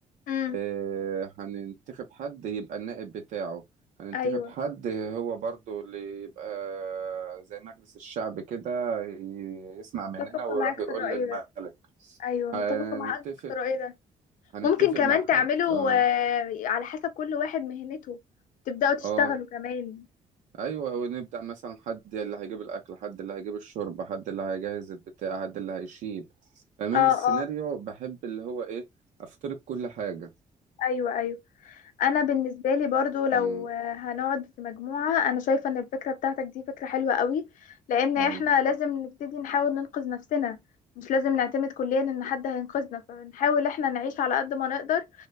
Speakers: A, on the left; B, on the right.
A: امم
B: إيه هننتخب حد يبقى النائب بتاعه هننتخب
A: ايوه
B: حد هو برضو اللي يبقى زي مجلس الشعب كده ي- يسمع
A: متفقه
B: مننا ويروح
A: معاك في
B: يقول
A: الراي
B: للملك
A: ده ايوه
B: هنتفق
A: متفقه معاك في الراي ده
B: هنتفق
A: ممكن كمان
B: مع حد
A: تعملوا
B: اه
A: آه، على حسب كل واحد مهنته تبدأوا تشتغلوا
B: اه
A: كمان
B: ايوه ونبدأ مثلا حد اللي هيجيب الاكل حد اللي هيجيب الشرب حد اللي هيجهز البتاع حد اللي هيشيل فمن
A: اه
B: السيناريو
A: اه
B: بحب اللي هو ايه افترض كل حاجة
A: ايوه ايوه انا بالنسبه لي برضو لو
B: امم
A: هنقعد في مجموعه انا شايفه ان الفكره بتاعتك دي فكره حلوه قوي لان
B: امم
A: احنا لازم نبتدي نحاول ننقذ نفسنا مش لازم نعتمد كليا ان حد هينقذنا فنحاول احنا نعيش على قد ما نقدر